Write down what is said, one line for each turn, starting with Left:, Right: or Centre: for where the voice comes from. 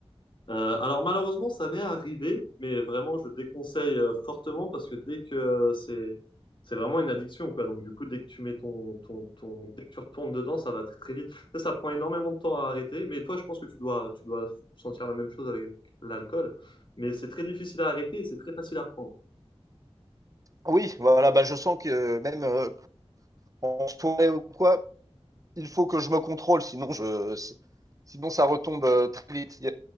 Left: Euh, alors malheureusement, ça m'est arrivé, mais vraiment, je déconseille euh, fortement parce que dès que euh, c'est c'est vraiment une addiction, quoi. Donc du coup, dès que tu mets ton, ton, ton dès que tu retournes dedans, ça va très très vite. Ça, ça prend énormément de temps à arrêter. Mais toi, je pense que tu dois tu dois sentir la même chose avec l'alcool. Mais c'est très difficile à arrêter et c'est très facile à reprendre.
Right: Oui, voilà, bah je sens que euh, même euh, en soirée ou quoi, il faut que je me contrôle, sinon je si- sinon ça retombe euh, très vite. Il y, a